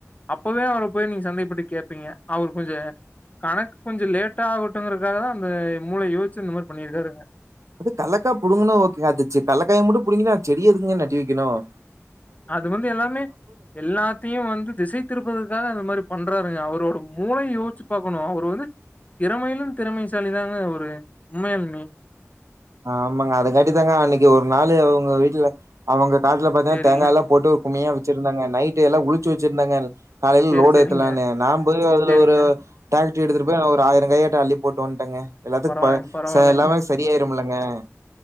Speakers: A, on the left; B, on the right.
A: அப்பவே அவரை போய் நீங்க சந்தேகப்பட்டு கேட்பீங்க அவர் கொஞ்சம் கணக்கு கொஞ்சம் லேட்டா ஆகட்டும்ங்கறக்காக தான் அந்த மூளை யோசிச்சு இந்த மாதிரி பண்ணியிருக்காருங்க
B: அது கலைக்காய் புடுங்கணும் ஓகே அச்சு கலக்காய் மட்டும் புடுங்குனா செடி எதுக்குங்கன்னு நட்டு வைக்கணும்
A: அது வந்து எல்லாமே எல்லாத்தையும் வந்து திசைத்திருப்பதற்காக அந்த மாதிரி பண்றாருங்க அவரோட மூளைய யோசிச்சு பார்கக்கணும் அவரு வந்து திறமையிலும் திறமைசாலி தாங்க அவுரு உண்மையாளுமே
B: ஆமாங்க அதுக்காட்டி தாங்க அன்னைக்கு ஒரு நாள் அவுங்க வீட்டுல அவுங்க காட்டல பாத்தீங்கா
A: சேரிங்க
B: தேங்காய் எல்லாம் போட்டு கம்மியா வச்சிருந்தாங்க நைட்டு எல்லாம் உறிச்சு வச்சிருந்தாங்க காலையில
A: சேரி
B: லோடு்
A: சேரிங்க
B: எத்துலானனு நான் போய் அதுல
A: சேரிங்க
B: ஒரு எடுத்துட்டு போய் ஒரு ஆயிரம் காய் கிட்ட அள்ளி போட்டு வந்ட்டேங்க எல்லாத்துக்கும்
A: பரவாயில்லைங்க பரவாயில்லைங்க
B: எல்லாமே சரியாயிரும்ல அஹ